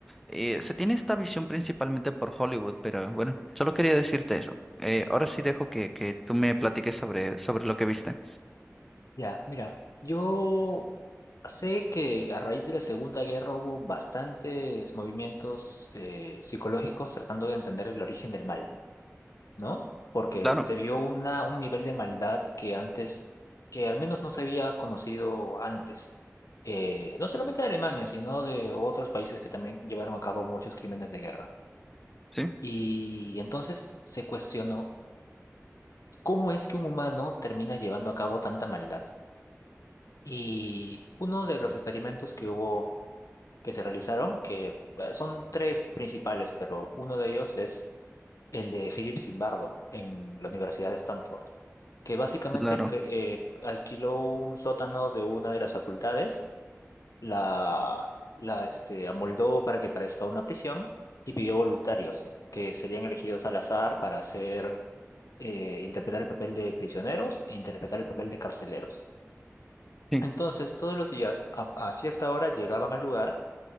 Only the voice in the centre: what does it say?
Eh, se tiene esta visión principalmente por Hollywood, pero bueno, solo quería decirte eso. Eh, ahora sí dejo que, que tú me platiques sobre, sobre lo que viste.
Claro,
sí,
claro,
sí,